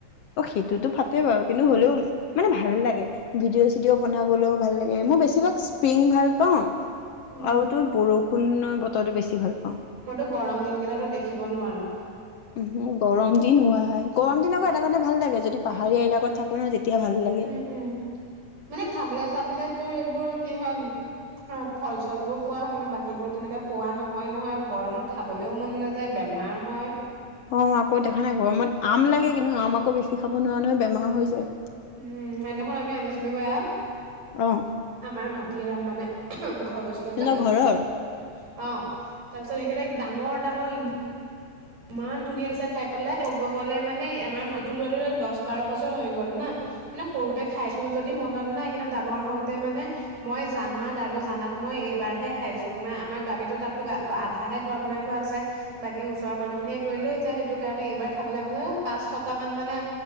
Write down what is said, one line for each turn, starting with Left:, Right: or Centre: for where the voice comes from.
Left: অ' সেইটোতো ফাটে বাৰু কিন্তু হ'লেও মানে ভাল লাগে, ভিডিঅ'-চিডিঅ', বনাবলৈও ভাল লাগে মই বেছিভাগ স্প্ৰিং ভাল পাওঁ,
Right: উম
Left: আৰু তোৰ বৰষুণৰ ব ত বেছি ভাল পাওঁ।
Right: মইতো গৰম দিন কেইটো দেখিব নোৱাৰো।
Left: উম, গৰম দিন হোৱাই গৰম দিন আকৌ এটা কাৰণে ভাল লাগে, যদি পাহাৰীয়া এলাকত থাকো ন তেতিয়া ভাল লাগে।
Right: উম-উম, মানে খাবলৈ চাবলে তোৰ এইবোৰ কি হয় ফল চল বোৰ পোৱা হয় কিন্তু বাকীবোৰ তেনেকে পোৱা নহয়-নহয় গৰমত খাবলেও মন নাযায় বেমাৰ হয়।
Left: অ' আকৌ দেখা নাই গৰমত আম লাগে কিন্তু আমাক আকৌ বেছি খাব নোৱাৰা নহয় বেমাৰ হৈ যায়।
Right: উম, সেইদিনাখন আমি আনিছিলোগৈ আম।
Left: অঁ।
Right: আমাৰ মাটিৰা আম মানে। ঘৰ গৈছিলো
Left: তহঁতৰ
Right: যে অ।
Left: ঘৰৰ
Right: তাৰ পিছত সেইকাৰতে ডাঙৰ ডাঙৰ ইমান। ইমান ধুনীয়া হৈছে খাই পেলাই ক'ব গ'লে মানে আমাৰ মটো লৰাটো দহ বাৰ বছৰ হৈ গল না, মানে সৰুতে খাইছো যদি মনত নাই কিন্তু ডাঙৰ হওতে মানে মই জানাত আৰু জানাত মই এইবাৰহে খাইছো মানে আমাৰ গামীতো তাতো আধাহে ঘৰ বনাই থোৱা আছে বাকী। ৰ মানুহ খিনিয়ে লৈ লৈ যায় সেইটো কাৰণে এইবাৰ খাবলৈ পাইছোঁ। পাঁচ ছটা মান মানে